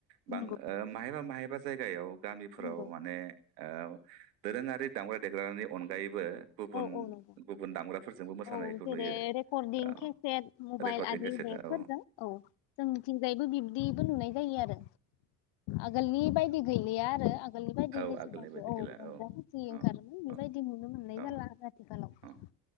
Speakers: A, on the right; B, on the left.
A: बां
B: नंगौ
A: माहायबा माह जायगायाव गामि फुं फोराव
B: नंगौ
A: माने औ दोरोङारि दामग्रा देग्रानि अनगायैबो गुबुन
B: औ औ नंगौ
A: गुबुन दामग्राफोरजोंबो मोसानायखौ
B: औ जेरै
A: नुयो
B: रेकर्डिं
A: औ
B: केसेट मबाइल
A: रेकर्डिं
B: आरि
A: केसेट
B: देखफोरजों
A: औ
B: औ जों मिथिंजायैबो बिब्दिबो नुनाय जायो आरो। आगोलनि बायदि गैलिया आरो आनि बदि
A: औ
B: जेसेबो
A: आगोलनि बायदि
B: औ
A: गैला
B: रंजा बसि ओंखारोन
A: औ
B: बेबायदि
A: औ
B: नुनो मोनो।
A: औ
B: जाला आरो आथिखालाव
A: औ